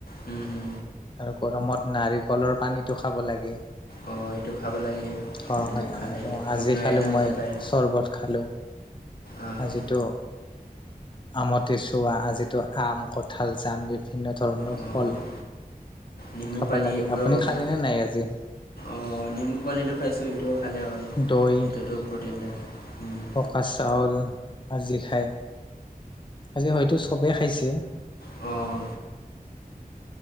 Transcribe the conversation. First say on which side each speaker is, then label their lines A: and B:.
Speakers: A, on the left; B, on the left.
A: উম, হুম।
B: আৰু গৰমত নাৰিকলৰ পানীটো খাব লাগে।
A: অঁ এইটো খাব লাগে
B: হয়
A: এইটো
B: হয়
A: খালে
B: আৰু আজি
A: আপোনাৰ
B: খালো
A: এনাৰ্জি
B: মই
A: পায়
B: চৰ্বত খালো।
A: অঁ
B: আজিটো আমটি চোৱা আজিতো আম, কঠাল, জাম বিভিন্ন ধৰণৰ
A: অঁ
B: ফল
A: নিম্বু
B: খাব
A: পানী
B: লাগে
A: এইবোৰো
B: আপুনি খালেনে
A: খা
B: নাই আজি
A: অঁ নিম্বু পানীটো খাইছোঁ সেইটোও খালে হয়।
B: দৈ,
A: এইটোতো প্ৰ'টিন থাকে উম।
B: পকা চাউল আজি খায়, আজি হয়তো চবেই খাইছে।
A: অঁ।